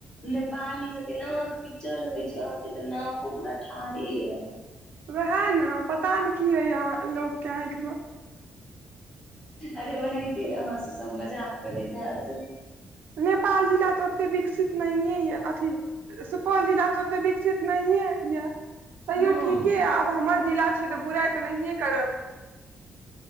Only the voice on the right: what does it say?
वहे ने पता ने की होइए अहाँ लोकके आँखिमे
नेपाल जिला तऽ ओते विकसित नहिए अय अथी सुपौल जिला तऽ ओते विकसित नहिए यऽ तैयो
ठीके
य आब हमर जिला छी तऽ बुराइ तऽ नहिए करब